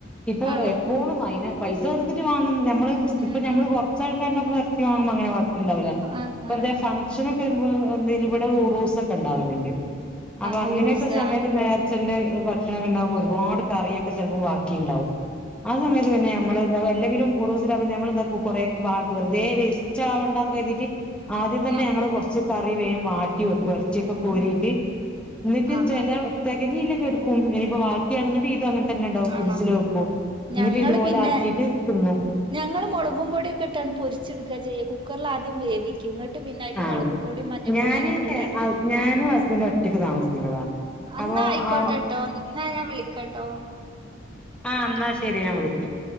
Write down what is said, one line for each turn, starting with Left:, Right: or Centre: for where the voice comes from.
Centre: ഇപ്പൊ
Right: ആണോ
Centre: എപ്പോഴും
Right: ആ
Centre: അതിന് പൈസ കൊടുത്തിട്ട് വാങ്ങുന്ന നമ്മള്
Right: ഉം
Centre: ഇപ്പ ഞമ്മള്
Right: ഉം
Centre: കുറച്ചാൾ ഇറച്ചി വാങ്ങുമ്പോ അങ്ങനെ കൊഴപ്പവുണ്ടാവില്ല
Right: ആ
Centre: അപ്പ
Right: ആ
Centre: എന്താ ഫഗ്ഷനൊക്കെ എന്താ ഇവിടെ ഉറൂസല്ക്കെ ഇണ്ടാവലിണ്ട് അപ്പൊ അങ്ങനെയൊക്കെ
Right: ആ ഉറൂസ്
Centre: സമയത്ത്
Right: ആ
Centre: നേ ർച്ചന്റെ ഭക്ഷണം ഇണ്ടാകുമ്പോ ഒരുപാട് കറിയൊക്കെ ചെലപ്പോ ബാക്കി ഇണ്ടാവും ആ സമയത്ത് പിന്നെ നമ്മള് ന്ത എല്ലെങ്കിലും ഉറിസിന്റെ അന്ന് രാവിലെ ബാക്കി വെറുതെ വേസ്റ്റാവണ്ടാന്ന് കരുതിയിട്ട് ആദ്യം തന്നെ
Right: ആ
Centre: ഞങ്ങള് കൊറച്ച് ക വേഗം മാറ്റി വെക്കും ഇറച്ചി ഒക്കെ കോരീട്ട്
Right: ആ
Centre: എന്നിട്ട്
Right: ആ
Centre: ചില
Right: ആ
Centre: തികഞ്ഞില്ലെങ്കി ഏട് ഇനിപ്പോ ബാക്കിയാണെന്ന്ണ്ടേ ഇതങ്ങനെ തന്നെ ഇണ്ടാവും ഫ്രിഡ്ജില്
Right: ആണോ
Centre: വെക്കും എന്നിട്ട്
Right: ഞങ്ങള്
Centre: ഇതുപോലെ
Right: പിന്നെ
Centre: ആക്കിട്ട് തിന്നും
Right: ഞങ്ങള് മുളകും പൊടിയൊക്കെ ഇട്ടാണ് പൊരിച്ചെടുക്കുക ചെയ്യുക കുക്കറിൽ ആദ്യം വേവിക്കും എന്നിട്ട് പിന്നെ അതിന്
Centre: ആഹ്
Right: മുളകും പൊടിയും മഞ്ഞൾപ്പൊടിയും
Centre: ഞാന്
Right: അതൊക്കെ ഇട്ടാണ്ട് പിന്നെ
Centre: ഞാനും ഹസ്ബൻഡും ഒറ്റക്ക് താമസിക്കുന്നതാ
Right: അന്നാ
Centre: അപ്പൊ
Right: ആയിക്കോട്ടെട്ടോ
Centre: ആ
Right: എന്നാ ഞാൻ വിളിക്കട്ടോ.
Centre: ആ എന്നാ ശരി ഞാൻ വിളിക്കാം.